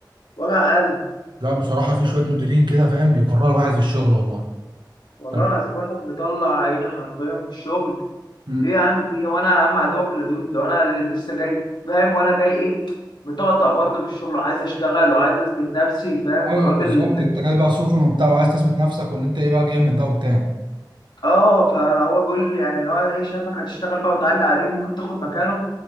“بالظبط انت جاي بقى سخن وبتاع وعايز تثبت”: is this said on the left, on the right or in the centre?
Right